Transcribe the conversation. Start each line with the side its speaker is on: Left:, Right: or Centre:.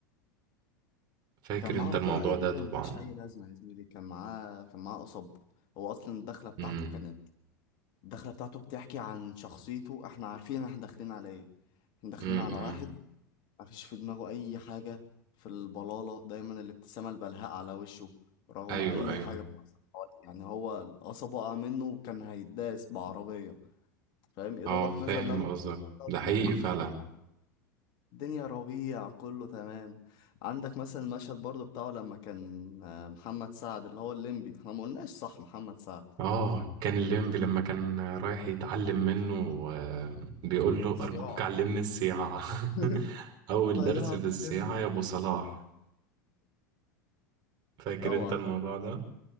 Right: فاكر
Left: كان معاه
Right: أنت
Left: على
Right: الموضوع
Left: طول اي
Right: ده
Left: حاجه
Right: طبعا
Left: ملهاش اي لازمه يا زميلي كان معاه كان معاه قصب هو اصلا الدخله بتاعته
Right: امم
Left: كانت الدخله بتاعته بتحكي عن شخصيته احنا عارفين احنا داخلين على ايه احنا داخلين
Right: امم
Left: على
Right: امم.
Left: واحد مفيش في دماغه اي حاجه في البلاله دايما الابتسامه البلهاء على وشه رغم
Right: أيوه
Left: اي
Right: أيوه
Left: حاجه بتحصل حواليه يعني هو القصب وقع منه وكان هيداس بعربيه فاهم يا
Right: أه
Left: دوبك
Right: فاهم
Left: نزل لما
Right: قصدك ده حقيقي
Left: احلى
Right: فعلا
Left: الدنيا ربيع كله تمام عندك مثلا المشهد برضو بتاعه لما كان آه، محمد سعد اللي هو الليمبي احنا ما قلناش صح محمد سعد
Right: اه كان الليمبي
Left: قلت
Right: لما كان رايح يتعلم منه آه، بيقول له
Left: صياع
Right: ارجوك علمني السياعة
Left: <laughs>
Right: <laughs> اول
Left: طيعنا
Right: درس في السياعة
Left: ليمبي
Right: يا ابو صلاح فاكر
Left: طبعا
Right: انت الموضوع ده